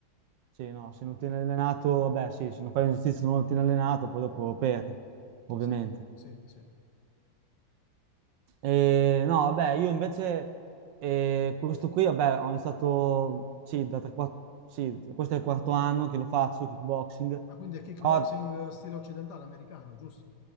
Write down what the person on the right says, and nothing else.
Sì, no, se non tieni allenato, vabbè, sì, se non fai un esercizio non lo tieni allenato, poi dopo perdi, ovviamente.
E, no, vabbè, io invece, eh, questo qui, vabbè, ho iniziato, sì, da tre, quatt- sì, questo è il quarto anno che lo faccio, kickboxing,
però